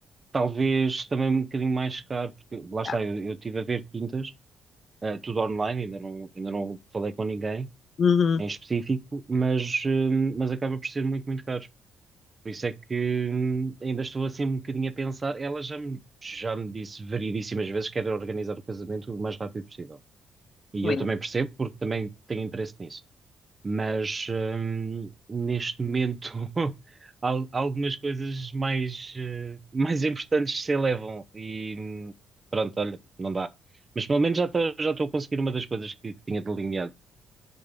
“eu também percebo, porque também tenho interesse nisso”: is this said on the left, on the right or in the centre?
Right